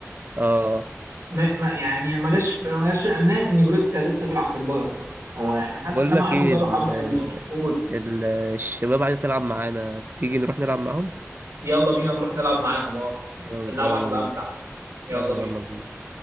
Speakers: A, on the right (about 40°); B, on the right (about 65°).
A: اه
B: ما ما يعني ما جاش ما جاش انا ناسي ان جوريتسكا لسه بيلعب في البايرن اصلا هو
A: اه
B: يعني محدش
A: بقول
B: سمع
A: لك
B: عنه
A: ايه
B: بقاله
A: ال
B: حبه حلوين قول
A: ال الشباب عايزه تلعب معانا تيجي نروح نلعب معاهم
B: يلا بينا نروح نلعب معاهم آه،
A: يلا
B: اللعبة
A: يلا
B: هتبقى
A: بينا
B: أمتع، يلا
A: اه
B: بينا.
A: يلا بينا